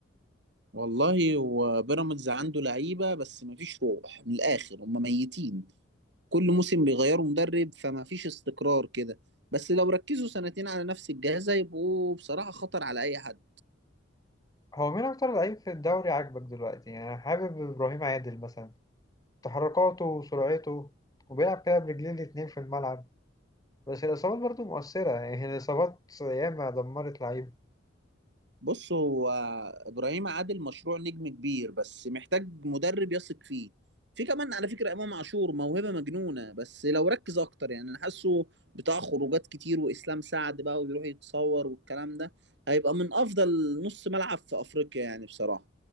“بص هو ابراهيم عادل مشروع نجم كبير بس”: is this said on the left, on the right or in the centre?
Right